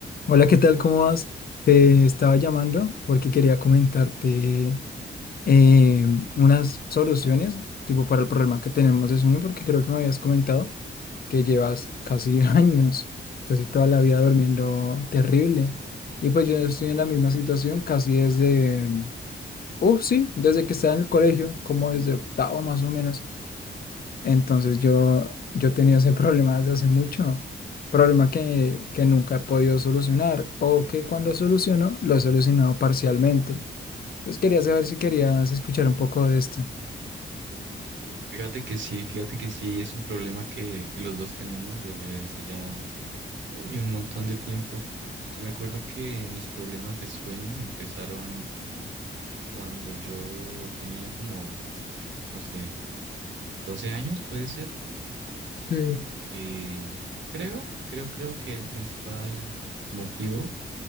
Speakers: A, on the left; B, on the right.
A: Hola, ¿qué tal? ¿Cómo vas? Te estaba llamando porque quería comentarte eh, unas soluciones tipo para el problema que tenemos de sueño, porque creo que me habías comentado que llevas casi <laughs> años, casi toda la vida durmiendo
B: Uy,
A: terrible. Y pues yo estoy en la misma situación casi desde, uff, sí, desde que estaba en el colegio, como desde octavo más o menos. Entonces yo, yo tenía ese <laughs> problema desde hace mucho, problema que, que nunca he podido solucionar o que cuando soluciono lo he solucionado parcialmente. Entonces quería saber si querías escuchar un poco de esto.
B: oh, fíjate que sí, fíjate que sí, es un problema que, que los dos tenemos desde hace ya uy, un montón de tiempo. Yo me acuerdo que mis problemas de sueño empezaron cuando yo tenía como, no sé, 12 años, puede ser,
A: Sí,
B: que creo, creo, creo que el principal motivo